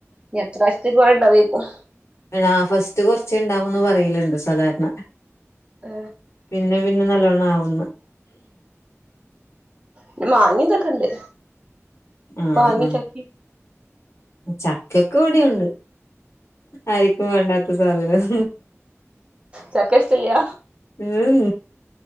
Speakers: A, on the right; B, on the left.
A: ഇനി അട്ത്രാവശ്യത്തേക്ക് കൊറെ ഇണ്ടാവേക്കും.
B: ത്ത ഫസ്റ്റ് കൊർച്ചേണ്ടാവുന്ന് പറയല്ണ്ട് സാധാരണ.
A: അ
B: പിന്നെ പിന്നെ നല്ലോണ്ണം ആവുന്ന്
A: ന്നെ മാങ്ങിം തൊക്കെണ്ട്
B: ആഹ്
A: മാങ്ങിം
B: ആഹ്
A: ചക്കിം
B: ചക്കൊക്കെ ഇവിടെയുണ്ട് ആരിക്കും വേണ്ടാത്ത സാധനം.
A: ചക്ക ഇഷ്ടല്ല
B: ഉം